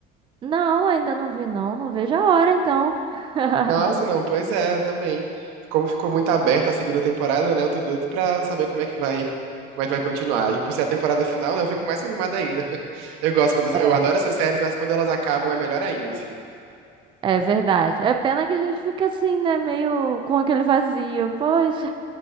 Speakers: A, on the right; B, on the right.
A: Não, ainda não vi não, não vejo a hora então. <laughs>
B: Nossa, não, pois é, eu também. Como ficou muito aberta a segunda temporada, né? Eu tô doido pra saber como é que vai, como é que vai continuar. E por ser a temporada final, né, eu fico mais animada ainda. <laughs> Eu gosto quando,
A: É.
B: eu adoro essas séries, mas quando elas acabam é melhor ainda, assim.
A: É verdade. É pena que a gente fica assim, né, meio com aquele vazio. Poxa,